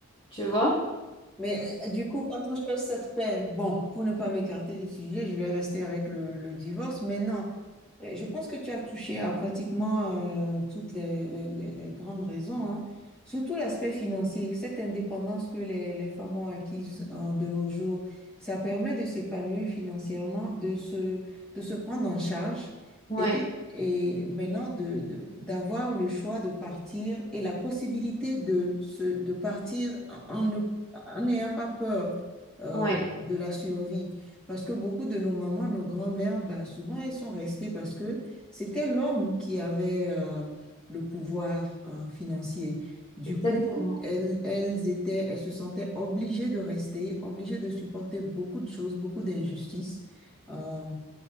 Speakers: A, on the left; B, in the centre.
A: tu vois?
B: Mais euh, du coup, quand on cherche cette paix, bon, pour ne pas m'écarter du sujet, je vais rester avec le, le divorce. Maintenant, euh, je pense que tu as touché à pratiquement euh, toutes les, les- les- les grandes raisons, hein. Surtout l'aspect financier, cette indépendance que les, les femmes ont acquise euh, de nos jours, ça permet de s'épanouir financièrement, de se, de se prendre en charge
A: Ouais,
B: et, et maintenant de, de- d'avoir le choix de partir et la possibilité de, se, de partir en, en ne en n'ayant pas peur euh,
A: ouais.
B: de la survie. Parce que beaucoup de nos mamans, nos grands-mères, bah, souvent elles sont restées parce que c'était l'homme qui avait euh, le pouvoir euh, financier. Du
A: Exactement.
B: coup, elles, elles étaient, elles se sentaient obligées de rester, obligées de supporter beaucoup de choses, beaucoup d'injustices. Euh,